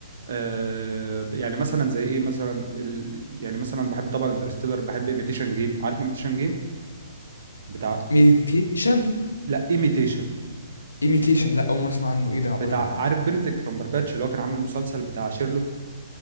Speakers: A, on the right; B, on the left.
A: آه يعني مثلا زي ايه مثلا ال... يعني مثلا بحب طبعا انترستيلر بحب ايميتيشن جيم عارف ايميتيشن جيم بتاع
B: ميديتيشن
A: لا ايميتيشن
B: ايميتيشن لا اول مره اسمع عنه ايه ده عباره
A: بتاع
B: عن ايه
A: عارف بنديكت كامبرباتش اللي هو كان عامل المسلسل بتاع شيرلوك